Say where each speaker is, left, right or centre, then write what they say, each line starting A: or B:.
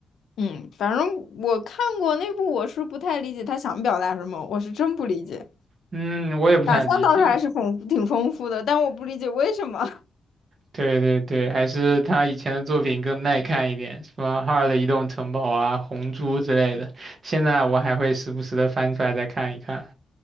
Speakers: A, on the left; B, on the right.
A: 嗯，反正我看过那部，我是不太理解他想表达什么，我是真不理解。
B: 嗯，我也不太理解。
A: 想象倒是还是丰挺丰富的，但我不理解为什么。<laughs>
B: 对对对，还是他以前的作品更耐看一点，什么《哈尔的移动城堡》啊、《红猪》之类的。现在我还会时不时的翻出来再看一看。